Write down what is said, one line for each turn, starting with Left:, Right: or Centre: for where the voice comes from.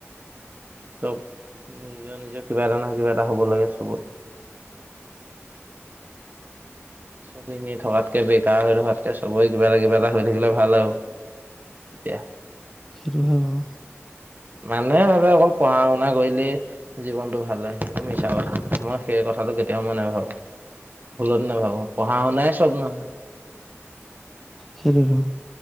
Right: চব নিজৰ নিজৰ কিবা এটা নহয় কিবা এটা হ'ব লাগে চবৰে। চব এনে থকাতকে, বেকাৰ হৈ থকাতকে চবৰে কিবা এটা কিবা এটা হৈ থাকিলে ভাল আৰু। কেতিয়া?
Centre: সেইটো হয় বাৰু।
Right: মানুহে ভাবে অকল পঢ়া-শুনা কৰিলেই জীৱনটো ভাল হয়, সেইটো মিছা কথা, মই সেই কথাটো কেতিয়াও মই নাভাবো, ভুলতো নাভাবো, পঢ়া-শুনাই চ'ব নহয়।
Centre: সেইতোয়েই টো।